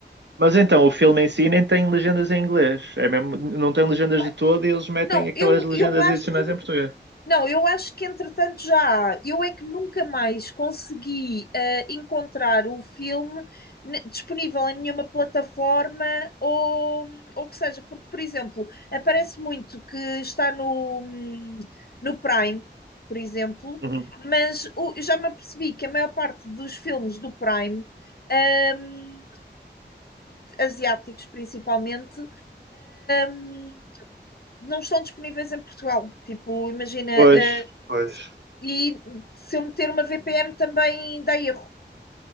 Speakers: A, on the right; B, on the left.
A: Mas então, o filme em si nem tem legendas em inglês. É mesmo, não tem legendas
B: Pá,
A: de todo e eles metem
B: Não,
A: aquelas
B: eu,
A: legendas
B: eu acho,
A: adicionais em português.
B: Não, eu acho que entretanto já há. Eu é que nunca mais consegui eh, encontrar o filme ne- disponível em nenhuma plataforma ou, ou que seja, porque, por exemplo, aparece muito que está no, hum, no Prime, por exemplo,
A: Uhum.
B: mas o- eu já me apercebi que a maior parte dos filmes do Prime, hum, asiáticos principalmente, hum, não estão disponíveis em Portugal. Tipo, imagina,
A: Pois,
B: eh,
A: pois,
B: se- e se eu meter uma VPN também dá erro.